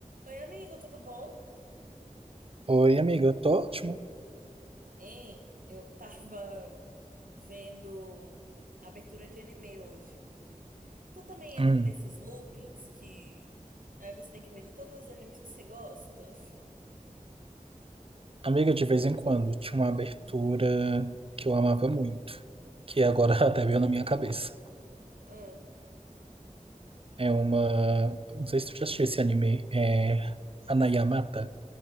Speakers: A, on the right; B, on the right.
A: Oi, amigo, tudo bom?
B: Oi, amiga, eu tô ótimo.
A: Hein, eu tava vendo a abertura de anime hoje. Tu também
B: Hum,
A: entra nesses loopings que aí você tem que ver de todos os animes que você gosta? <laughs>
B: Amiga, de vez em quando tinha uma abertura que eu amava muito, que agora <laughs> até veio na minha cabeça.
A: Ah,
B: É uma. Não sei se tu já assistiu esse anime, é Hanayamata.